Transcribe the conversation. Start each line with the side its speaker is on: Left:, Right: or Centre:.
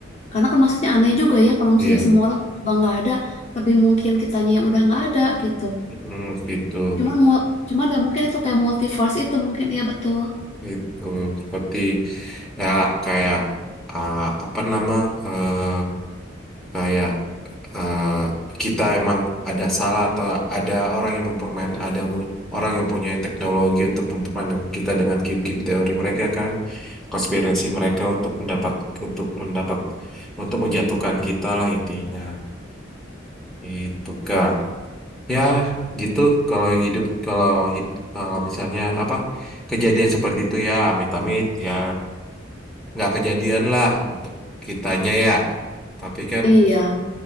Left: Karena kan maksudnya aneh juga ya kalau misalnya
Centre: iya
Left: semua orang tiba nggak ada, lebih mungkin kitanya yang udah nggak ada gitu.
Centre: mm, gitu
Left: Cuman mau, cuman ya mungkin itu kayak multiverse itu mungkin ya betul.
Centre: itu seperti ya kayak eh, apa nama eh, kayak eh, kita emang ada salah atau ada orang yang mempermain ada mu- orang yang punya teknologi untuk mempermainkan kita dengan game-game teori mereka kan konspirasi mereka untuk mendapat untuk mendapat untuk menjatuhkan kita lah intinya itu kak ya gitu kalau hidup kalau hid- kalau misalnya apa kejadian seperti itu ya amit-amit ya nggak kejadian lah untuk kitanya ya tapi kan
Left: Iya.